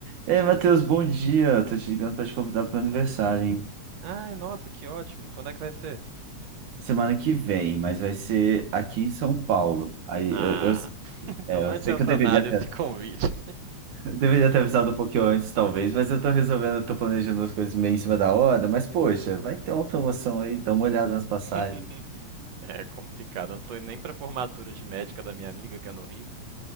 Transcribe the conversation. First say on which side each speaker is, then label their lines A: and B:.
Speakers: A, on the right; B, on the right.
A: Ei, Matheus, bom dia. Tô te ligando pra te convidar pro meu aniversário, hein?
B: Ai, nossa, que ótimo. Quando é que vai ser?
A: Semana que vem, mas vai ser aqui em São Paulo. Aí
B: Ah,
A: eu, eu-
B: então
A: é,
B: não
A: eu
B: adianta
A: sei que eu deveria
B: nada
A: ter,
B: esse convite.
A: <laughs> eu deveria ter avisado um pouquinho antes, talvez, mas eu tô resolvendo, eu tô planejando as coisas meio em cima da hora, mas poxa, vai ter uma promoção aí, dá uma olhada nas passagens.
B: <laughs> É complicado. Eu não tô indo nem pra formatura de médica da minha amiga, que é no Rio.